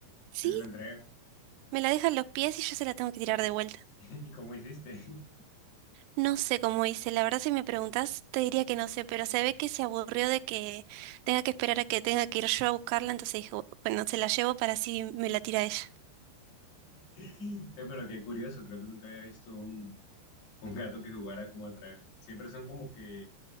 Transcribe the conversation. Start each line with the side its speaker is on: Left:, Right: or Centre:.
Right: Sí,
Left: si se le entrega.
Right: me la deja en los pies y yo se la tengo que tirar de vuelta.
Left: <laughs> ¿Y cómo hiciste? <laughs>
Right: No sé cómo hice, la verdad si me preguntas te diría que no sé, pero se ve que se aburrió de que tenga que esperar a que tenga que ir yo a buscarla, entonces dijo, bueno, se la llevo para así me la tira ella.
Left: Eh, Pero qué curioso, creo que nunca había visto un, un gato que jugara como a traerla. Siempre son como que